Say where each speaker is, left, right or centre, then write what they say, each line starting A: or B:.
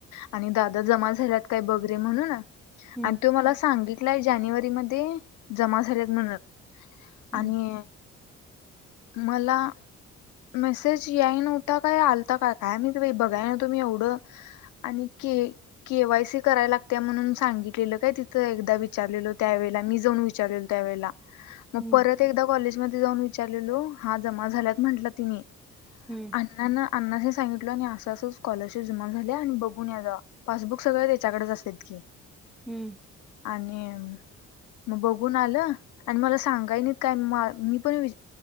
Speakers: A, on the left (about 75°); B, in the centre.
A: आणि दादा जमा झाल्यात काय बघरे म्हणून.
B: हम्म
A: आणि तो मला सांगितलाय जानेवारी मध्ये जमा झाल्यात म्हणून.
B: हम्म
A: आणि मला मेसेज याय नव्हता काय आलता का काय माहित बाई बघाय नव्हतो मी एवढं. आणि के केवाय सी करायला लागत्या म्हणून सांगितलेलं काय तिथं एकदा विचारलेलो त्यावेेळेला मी जाऊन विचारलेलो त्यावेेळेला. मग
B: हम्म
A: परत एकदा कॉलेज मध्ये जाऊन विचारलेलो हा जमा झाल्यात म्हंटल तिनी.
B: हम्म.
A: अण्णांन आण्णांन्सी सांगितलेलो आणि असं असं स्कॉलरशिप जमा झाल्या आणि बघून या जावा. पासबुक सगळं त्याच्याकडंच असत्यात की.
B: हम्म.
A: आणि म बघून आलं आणि मला सांगाय नाहीत काय म मी पण वि